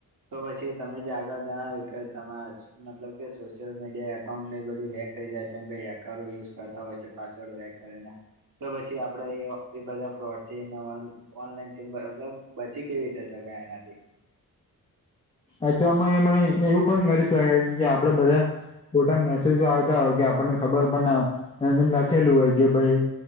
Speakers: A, on the right; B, on the left.
A: તો પછી તમે જે આગળ જણાવ્યું કે તમારે સ મતલબ કે સોશિયલ મીડિયા એકાઉન્ટ બધું હેક થઈ જાય છે હેકરો યુજ કરતા હોય છે પાછ કરીને તો પછી આપણેે બધા ફ્રોડ થી ઓનલાઈન થી મતલબ બચી કેવી રીતે શકાય એનાથી
B: અથવામાં એ એવું પણ કરી શકાય કે આપણે બધા ખોટા મેસેજો આવતા હોય કે આપણને ખબર પણ ના લખેલું હોય કે ભાઈ